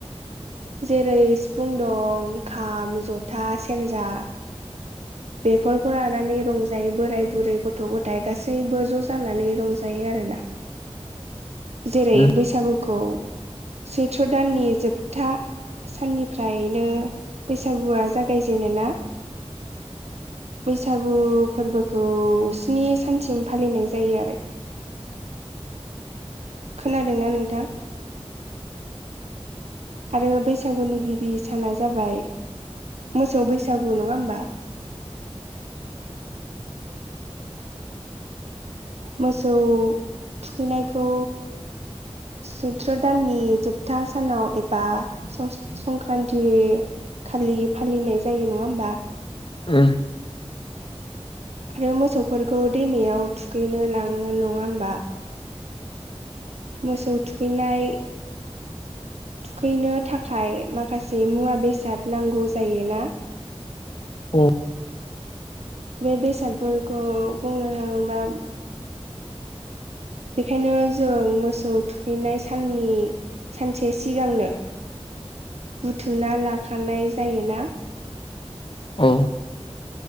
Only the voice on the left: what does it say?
<inaudible>
उम
उम
उम
औ